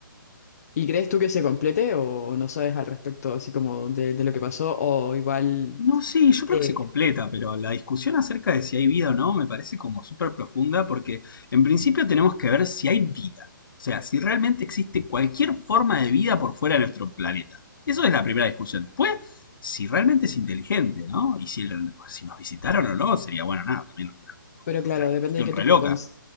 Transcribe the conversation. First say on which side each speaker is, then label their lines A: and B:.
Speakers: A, on the left; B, on the left.
A: ¿Y crees tú que se complete o no sabes al respecto así como de, de lo que pasó o igual...
B: No, sí, yo
A: Eh,
B: creo que se completa, pero la discusión acerca de si hay vida o no me parece como súper profunda porque en principio tenemos que ver si hay vida, o sea, si realmente existe cualquier forma de vida por fuera de nuestro planeta. Eso es la primera discusión. Después, si realmente es inteligente, ¿no? Y si, el- si nos visitaron o no, sería bueno, nada, también una-
A: Pero claro,
B: otra discusión
A: depende de que
B: re
A: tú
B: loca.
A: que cons-